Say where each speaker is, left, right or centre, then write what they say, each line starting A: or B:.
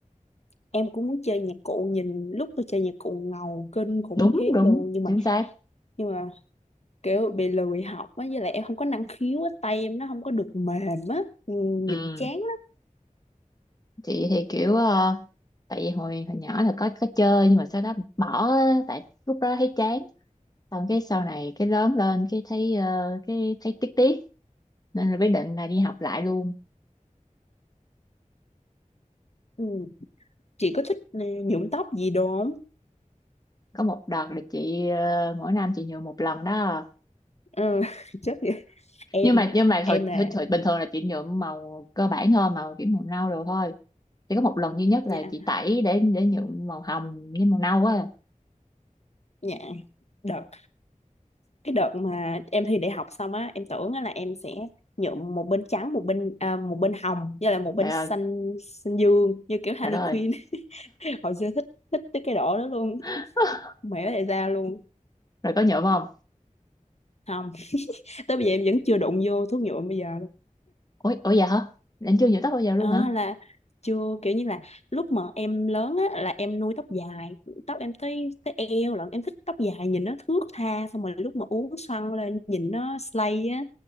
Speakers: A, on the left (about 55°); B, on the left (about 30°).
A: em cũng muốn chơi nhạc cụ nhìn lúc tôi chơi nhạc cụ ngầu kinh khủng
B: đúng
A: khiếp
B: đúng
A: luôn nhưng
B: chính
A: mà
B: xác
A: nhưng mà kiểu bị lười học á với lại em không có năng khiếu á tay em nó không có được mềm á ừ, nhìn
B: ừ
A: chán lắm
B: chị thì kiểu ờ, tại vì hồi hồi nhỏ là có có chơi nhưng mà sau đó bỏ á, tại lúc đó thấy chán xong cái sau này cái lớn lên cái thấy ờ, cái thấy tiếc tiếc nên là quyết định là đi học lại luôn
A: ừ. chị có thích ừ, nhuộm tóc gì đồ không
B: có một đợt là chị ờ, mỗi năm chị nhuộm một lần đó
A: Ừ, <laughs> chắc vậy. Em
B: nhưng mà nhưng mà
A: em
B: hồi,
A: là
B: hồi, hồi bình thường là chị nhuộm màu cơ bản thôi màu kiểu màu nâu rồi thôi chỉ có một lần duy nhất
A: nhà
B: là chị tẩy để để nhuộm màu hồng với màu nâu á
A: nhà đợt cái đợt mà em thi đại học xong á em tưởng á là em sẽ nhuộm một bên trắng một bên à, một bên hồng với lại một bên
B: trời
A: xanh
B: ơi
A: xanh dương như kiểu Harley
B: trời đất ơi
A: Quinn <laughs> hồi xưa thích thích tới cái độ đó luôn
B: <laughs>
A: mẹ tại sao luôn
B: rồi có nhuộm không
A: không tới bây giờ em vẫn chưa đụng vô thuốc nhuộm bây giờ
B: ủa ủa dạ hả em chưa nhuộm tóc bao giờ luôn
A: À,
B: hả
A: là chưa kiểu như là lúc mà em lớn á là em nuôi tóc dài tóc em tới tới eo lận em thích tóc dài nhìn nó thướt tha xong rồi lúc mà uốn xoăn lên nhìn nó slay á